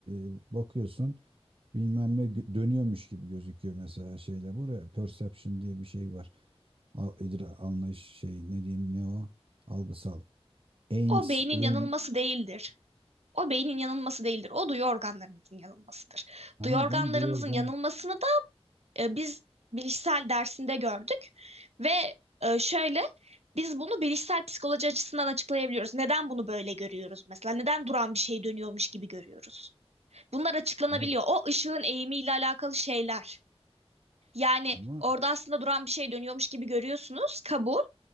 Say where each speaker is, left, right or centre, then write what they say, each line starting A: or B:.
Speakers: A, on the right; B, on the right.
A: e, bakıyorsun bilmem ne gö- dönüyormuş gibi gözüküyor mesela şeyde buraya. Perception diye bir şey var. Al, idra- anlayış şey ne diyeyim ne o? Algısal. Ames
B: O beynin
A: room.
B: yanılması değildir. O beynin yanılması değildir. O duyu organlarınızın yanılmasıdır.
A: Tamam
B: Duyu organlarınızın
A: canım duyuyor ben.
B: yanılmasını da e, biz bilişsel dersinde gördük. Ve e, şöyle biz bunu bilişsel psikoloji açısından açıklayabiliyoruz. Neden bunu böyle görüyoruz mesela? Neden duran bir şey dönüyormuş gibi görüyoruz? Bunlar açıklanabiliyor.
A: Hayır,
B: O ışığın eğimiyle alakalı şeyler. Yani
A: ama
B: orada aslında duran bir şey dönüyormuş gibi görüyorsunuz, kabul.